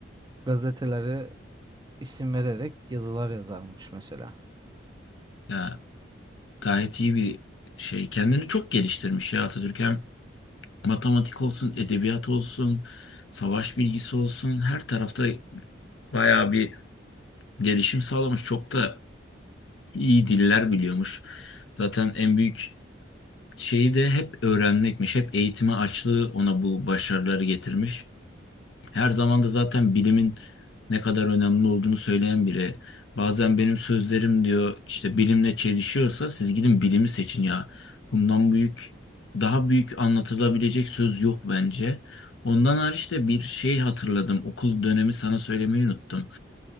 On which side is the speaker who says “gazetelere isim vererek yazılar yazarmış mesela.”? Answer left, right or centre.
Right